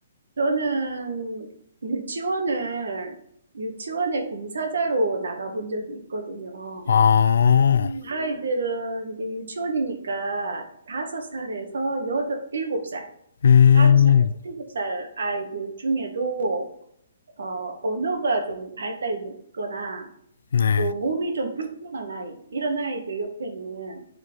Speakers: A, on the right; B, on the left.
A: 저는 유치원을, 유치원의 봉사자로 나가본 적이 있거든요.
B: 아.
A: 음, 아이들은 이제 유치원이니까 다섯 살에서 여덟, 일곱 살
B: 음.
A: 다섯 살에서 일곱 살 아이들 중에도 어, 언어가 좀 발달이 늦거나
B: 네.
A: 또 몸이 좀 불편한 아이, 이런 아이들 옆에는